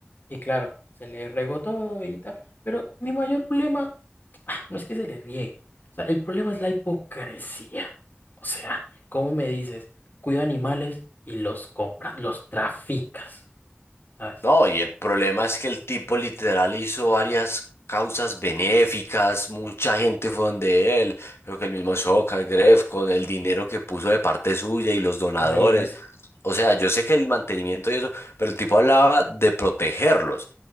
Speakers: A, on the left; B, on the left.
A: y claro, se le regó todo y tal, pero mi mayor problema ah, no es que se le riegue, o sea, el problema es la hipocresía, o sea, ¿cómo me dices? Cuida animales y los compras, los traficas, ¿sabes?
B: No, y el problema es que el tipo literal hizo varias causas benéficas, mucha gente fue donde él, creo que el mismo Soca, Gref, con el dinero que puso de parte suya y los donadores.
A: Imagínense.
B: O sea, yo sé que el mantenimiento y eso, pero el tipo hablaba de protegerlos.